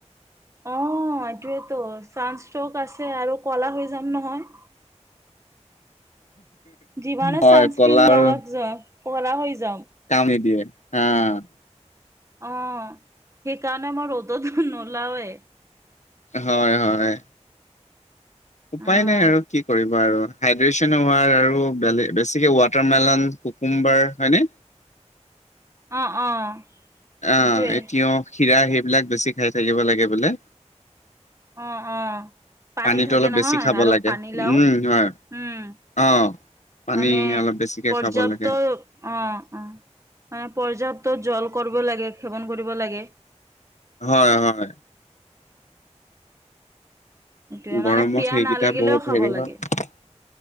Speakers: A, on the right (about 25°); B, on the left (about 75°).
A: অ', এইটোৱেতো চান্স ষ্ট্ৰক আছে আৰু ক'লা হৈ যাম নহয়। যিমানে
B: হয়,
A: চানস্ক্ৰীন
B: কলা
A: লগাক
B: আৰু
A: যাওঁ ক'লা হৈ যাম।
B: কাম নিদিয়ে অ'।
A: অ', সেইকাৰণে মই ৰ'দত নোলাওয়ে।
B: হয়, হয়। উপায়
A: অ',
B: নাই আৰু কি কৰিব বাৰু হাইড্ৰেচন হোৱাৰ আৰু বেলেগ বেছিকে ৱাটাৰ মেলন কুকুম্বাৰ হয়নে?
A: অ', অ'।
B: আহ
A: সেইটোৱে
B: এ তিয়হ কীৰা সেইবিলাক বেছি খাই থাকিব লাগে বোলে।
A: অ', অ'। পানী
B: পানীটো
A: থাকে
B: অলপ
A: নহয়
B: বেছি খাব
A: আৰু
B: লাগে
A: পানী লাও
B: উম হয়
A: উম।
B: অ। পানী
A: মানে
B: অলপ বেছিকে
A: পৰ্যাপ্ত
B: খাব লাগে
A: অ', অ', মানে পৰ্যাপ্ত জল কৰিব লাগে সেৱন কৰিব লাগে।
B: হয়, হয়।
A: সেইটোৱে
B: গৰমত
A: মানে পিয়াহ
B: সেইকেইটা
A: নালাগিলেও
B: বহুত
A: খাব
B: হেৰি
A: লাগে,
B: হয়